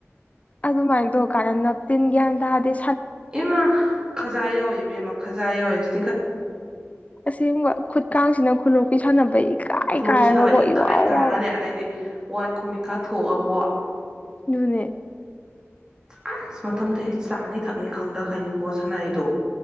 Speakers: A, on the left; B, on the right.
A: ꯑꯗꯨꯃꯥꯏꯅ ꯇꯧ ꯀꯥꯟꯗ ꯅꯞꯇꯤꯟꯒꯤꯌꯥꯟꯗꯗꯤ
B: ꯏꯃ ꯈꯖꯥ ꯌꯧꯏꯤ ꯏꯕꯦꯝꯃ ꯈꯖꯥ ꯌꯧꯏꯁꯦ
A: ꯑꯁꯦꯡꯕ ꯈꯨꯠꯀꯁꯤꯅ ꯈꯨꯂꯣꯛꯄꯤ ꯁꯥꯟꯅꯕꯩ ꯏꯀꯥꯏ
B: ꯈꯨꯂꯣꯞꯄꯤ
A: ꯀꯥꯏꯔꯒꯀꯣ
B: ꯁꯥꯟꯅꯕ ꯏꯀꯥꯏ
A: ꯏꯋꯥꯎ
B: ꯀꯥꯏꯔꯒꯅꯦ
A: ꯋꯥꯎꯔꯒ
B: ꯑꯗꯩꯗꯤ ꯋꯥꯏꯈꯨꯝꯃꯤꯈꯥ ꯊꯣꯛꯑꯒ ꯀꯣ
A: ꯅꯨꯅ
B: ꯑ ꯑꯁ ꯃꯊꯪꯗꯤ ꯆꯥꯅꯤ ꯊꯛꯅꯤ ꯈꯪꯗ ꯈꯥꯏꯅꯤꯀꯣ ꯁꯅꯥꯏꯗꯣ